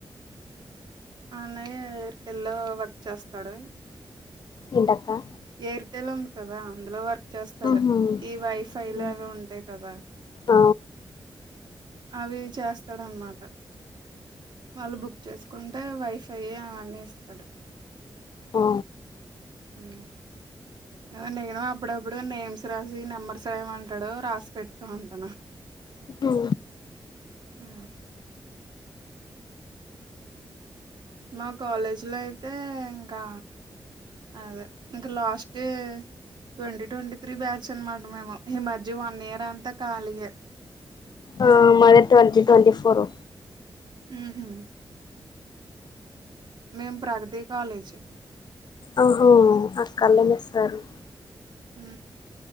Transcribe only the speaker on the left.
ఏంటక్కా
ఉహు
ఆ
ఆ
ఉహు
ఆ మాది ట్వంటీ ట్వంటీ ఫోరు
ఆహో ఆ కళనే సారు